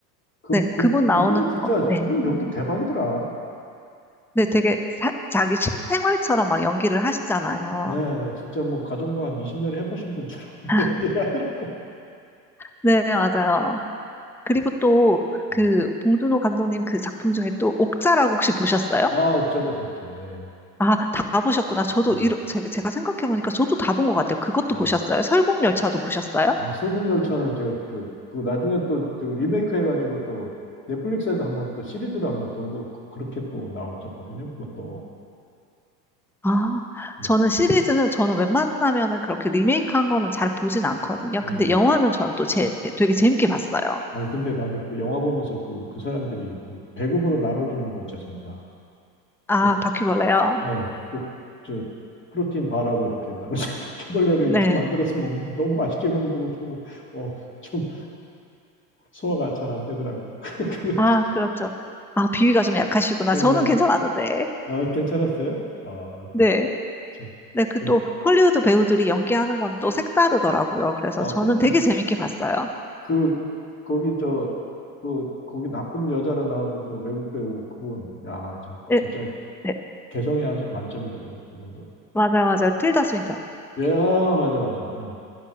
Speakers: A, on the left (about 25°); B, in the centre.
A: 그,
B: 네,
A: 그,
B: 그분 나오는
A: 그분이 진짜,
B: 거, 네.
A: 그분 연기 대박이더라.
B: 네, 되게 사- 자기 실생활처럼 막 연기를 하시잖아요.
A: 예, 진짜 뭐, 가정부 한 20년 해보신 분처럼 <laughs>
B: <laughs>
A: 연기를 하더라.
B: 네, 맞아요. 그리고 또
A: 예.
B: 그 봉준호 감독님 그 작품 중에 또 옥자라고 혹시 보셨어요?
A: 아, 옥자도 봤죠. 예.
B: 아, 다 보셨구나. 저도
A: 네,
B: 이러, 제, 제가 생각해보니까 저도 다 본 것 같아요. 그것도
A: 네.
B: 보셨어요? 설국열차도 보셨어요?
A: 아, 설국열차는 제가, 저, 그 나중에 또, 저 리메이크 해가지고 또, 넷플릭스에도 한번 또 시리즈로 한번 돌고, 그- 그렇게 또 나왔었거든요. 그것도.
B: 아,
A: 예.
B: 저는 시리즈는, 저는 웬만하면은 그렇게 리메이크한 거는 잘 보진 않거든요.
A: 예.
B: 근데 영화는 전 또 제, 되게 재밌게 봤어요.
A: 아니, 근데 나는 그 영화 보면서 그, 그 사람들이 그 배급으로 나눠주는 거 있지 않습니까?
B: 아,
A: 뭐,
B: 바퀴벌레요?
A: 네, 그, 저, 프로틴 바라고 이렇게 나눠서 <laughs> 바퀴벌레로
B: 네.
A: 이렇게 만들어서 먹는데 너무 맛있게 먹는 거 보고, 어, 좀 소화가 잘 안 되더라고요. <laughs> 그거
B: 아,
A: 진짜.
B: 그렇죠. 아, 비위가 좀 약하시구나.
A: 네.
B: 저는 괜찮았는데.
A: 아, 괜찮았어요? 아,
B: 네.
A: 그 좀,
B: 네, 그
A: 좀,
B: 또 헐리우드 배우들이 연기하는 건 또 색다르더라고요. 그래서
A: 아,
B: 저는
A: 그럼요.
B: 되게 재밌게 봤어요.
A: 그, 거기 저, 그, 거기 나쁜 여자로 나오는 그 외국 배우 그분, 야, 진-
B: 예,
A: 진짜
B: 네.
A: 개성이 아주 만점이더라고요. 그분도.
B: 맞아요, 맞아요. 틸다 스윈턴.
A: 예, 아, 맞아, 맞아. 응.